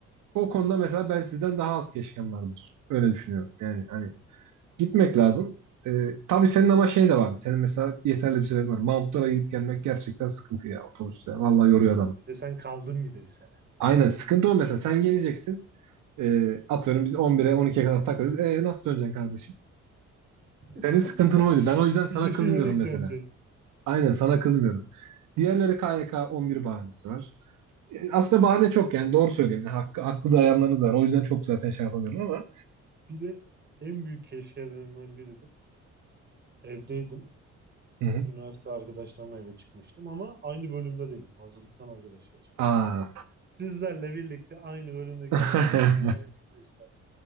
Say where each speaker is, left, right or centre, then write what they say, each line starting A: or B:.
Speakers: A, on the right; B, on the right.
A: o konuda mesela ben sizden daha az keşkem vardır. Öyle düşünüyorum. Yani hani gitmek lazım. Eee tabii senin ama şey de vardı. Senin mesela yeterli bir sebebin var. Mount gidip gelmek gerçekten sıkıntı ya otobüste. Vallahi
B: Sıkıntılı.
A: yoruyor adam.
B: Bir de sen kaldın bir de bir sene.
A: Aynen sıkıntı o mesela. Sen geleceksin. Eee atıyorum biz 11'e 12'ye kadar takılırız. E, nasıl döneceksin kardeşim?
B: <laughs>
A: Senin sıkıntın oydu. Ben o yüzden sana
B: Yürüyerek
A: kızmıyorum mesela.
B: döneceğim.
A: Aynen sana kızmıyorum. Diğerleri K Y K 11 bahanesi var. E, Aslında bahane çok yani doğru söylüyorsun. Hakkı, haklı dayanlarınız var. O yüzden çok zaten şey yapamıyorum ama.
B: Bir de en büyük keşkelerimden biridir. Evdeydim.
A: Hı hı.
B: Üniversite arkadaşlarımla eve çıkmıştım ama aynı bölümde değildim. Hazırlıktan arkadaşlar çıkmıştım.
A: Aa.
B: Sizlerle birlikte aynı bölümdeki
A: <laughs>
B: arkadaşlarla eve çıkmak isterdim.